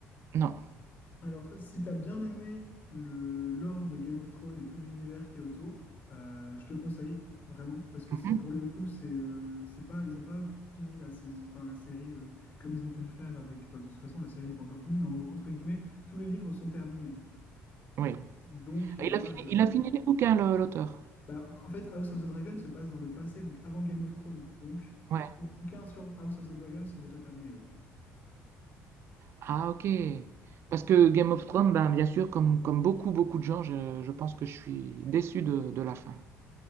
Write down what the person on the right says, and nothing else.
Non.
Mhm.
Oui.
Il a
fini,
il a fini les bouquins, le- l'auteur.
Ouais.
Ah, ok. Parce que Game of Thrones, ben, bien sûr, comme, comme beaucoup, beaucoup de gens, je, je pense que je suis déçu de, de la fin.